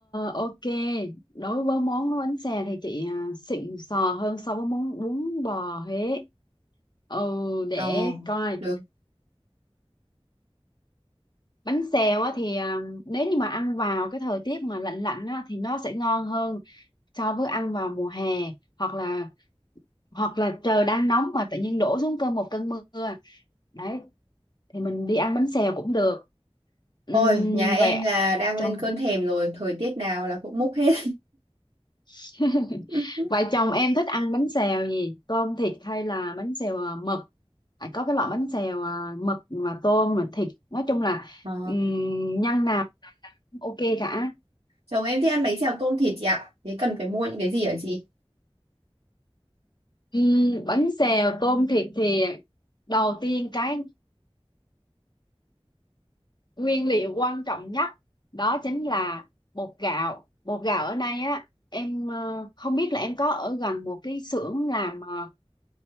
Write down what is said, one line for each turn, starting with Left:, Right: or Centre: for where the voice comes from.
Left: ok đối với món bánh xè thì chị ờ, xịn sò hơn so với món bún bò Huế ừ để
Right: ờ
Left: coi
Right: được
Left: bánh xèo á thì ờ, nếu như mà ăn vào cái thời tiết mà lạnh lạnh á thì nó sẽ ngon hơn so với ăn vào mùa hè hoặc là hoặc là trời đang nóng mà tự nhiên đổ xuống cơn một cơn mưa đấy thì mình đi ăn bánh xèo cũng được Ừm,
Right: ôi nhà em
Left: vậy
Right: là đang
Left: chồng
Right: lên cơn thèm rồi thời tiết nào là cũng múc hết
Left: <laughs>
Right: <laughs>
Left: vậy chồng em thích ăn bánh xèo gì tôm thịt hay là bánh xèo à, mực phải có cái loại bánh xèo à, mực mà tôm mà thịt nói chung là
Right: Ờ
Left: ừm, nhân nào cũng ok cả
Right: Chồng em thích ăn bánh xèo tôm thịt chị ạ. Thế cần phải mua những cái gì hả chị?
Left: Ừm, bánh xèo tôm thịt thì đầu tiên cái nguyên liệu quan trọng nhất đó chính là bột gạo bột gạo ở đây á em ờ, không biết là em có ở gần một cái xưởng làm ờ,